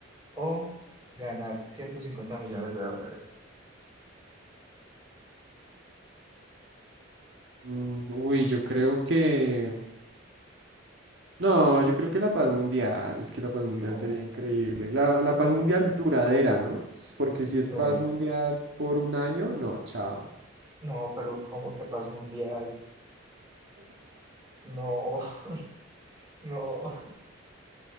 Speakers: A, on the right; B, on the right.
A: o ganar ciento cincuenta millones de dólares?
B: Mm, Uy, yo creo que... No, yo creo que la paz mundial, es que la paz mundial
A: No,
B: sería increíble. La, la
A: no.
B: paz mundial duradera, ¿no? S- Porque si
A: Sí,
B: es paz mundial por un año, no, chao.
A: no, pero ¿cómo que paz mundial? No, <laughs> no.